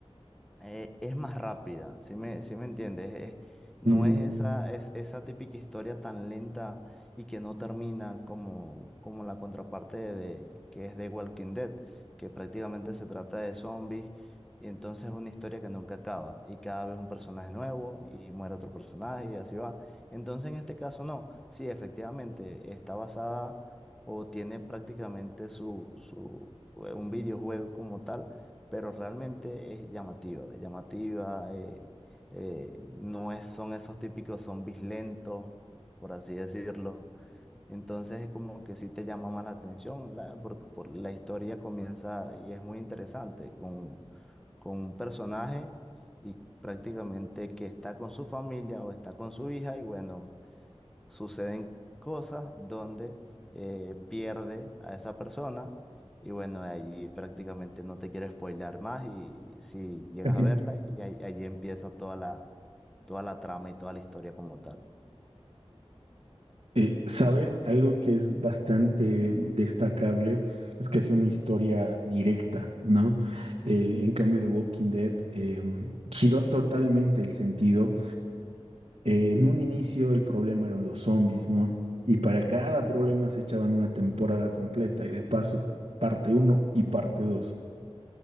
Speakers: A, in the centre; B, on the right (about 70°).
A: eh, es más rápida, si me, sí me entiendes? Es- no
B: mm,
A: es esa, es esa típica historia tan lenta y que no termina como, como la contraparte de, que es de Walking Dead, que prácticamente se trata de zombies y entonces es una historia que nunca acaba y cada vez un personaje nuevo y muere otro personaje y así va. Entonces en este caso no, sí, efectivamente está basada o tiene prácticamente su, su, eh, un videojuego como tal pero realmente es llamativa, llamativa, eh, eh, no es, son esos típicos zombies lentos, por así decirlo. Entonces es como que sí te llama más la atención, la, porque por, la historia comienza y es muy interesante con, con un personaje y prácticamente que está con su familia o está con su hija y bueno suceden cosas donde eh, pierde a esa persona y bueno, ahí prácticamente no te quiero spoilear más y si llegas
B: <laughs>
A: a verla y ahí, allí empieza toda la, toda la trama y toda la historia como tal.
B: eh, ¿sabes? Algo que es bastante destacable es que hace una historia directa, ¿no? Eh, en cambio de Walking Dead, em, giró totalmente el sentido eh, en un inicio el problema eran los zombies, ¿no? Y para cada problema se echaban una temporada completa y de paso parte uno y parte 2,